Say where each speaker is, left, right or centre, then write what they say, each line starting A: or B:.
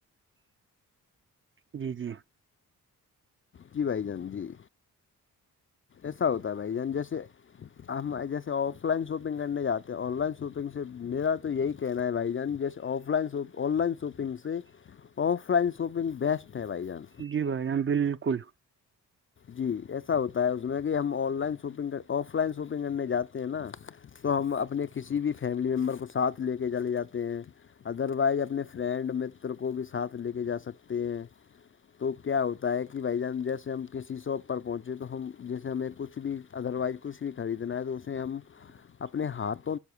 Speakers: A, on the right; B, on the left.
A: جی جی
B: جی بھائی جان جی ایسا ہوتا ہے بھائی جان جیسے جیسے آف لائن شاپنگ کرنے جاتے ہیں آن لائن شاپنگ سے میرا تو یہی کہنا ہے بھائی جان جیسے offline shopping online shopping سے
A: <inaudible>
B: آف لائن شاپنگ بیسٹ ہے بھائی جان
A: جی بھائی جاں بالکل
B: جی ایسا ہوتا ہے اس میں کہ ہم آن لائن شاپنگ کر آف لائن شاپنگ کرنے جاتے ہیں نا تو ہم اپنے کسی بھی فیملی ممبر کو ساتھ لے کے چلے جاتے ہیں ادروائز اپنے فرینڈ متر کو بھی ساتھ لے کے جا سکتے ہیں تو کیا ہوتا ہے کہ بھائی جان جیسے ہم کسی شاپ پر پہنچے تو ہم جیسے ہمیں کچھ بھی ادر وائز کچھ بھی خریدنا ہے تو اسے ہم
A: ہ
B: اپنے ہاتھوں